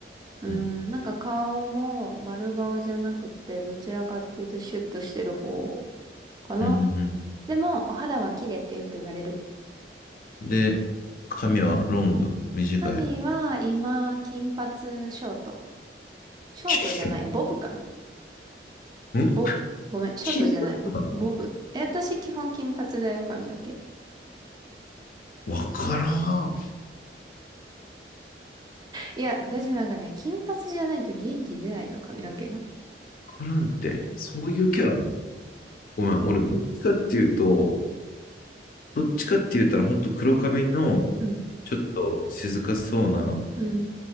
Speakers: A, on the right; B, on the left.
A: うん、
B: うん。
A: なんか顔も丸顔じゃなくて、どちらかっていうとシュッとしてる方かな。
B: うん。うん
A: でも、お肌は綺麗ってよく言われる。
B: で、髪はロング、短い。
A: アミは今、金髪ショート。ショートじゃない、
B: 金
A: ボブかな。
B: 髪ん
A: ボブ。ごめん、ショートじゃないわ。
B: 金髪なの
A: ボブ。え、私基本金髪だよ、髪の毛。
B: わからん。わ
A: いや、私なんかね、金髪じゃないと元気出ないの、髪の毛が。
B: からんって。そういうキャラ。ごめん、俺、どっちかっていうと、どっちかって言ったら、本当黒髪の、
A: うん、
B: ちょっと静かそうな、なん
A: うん、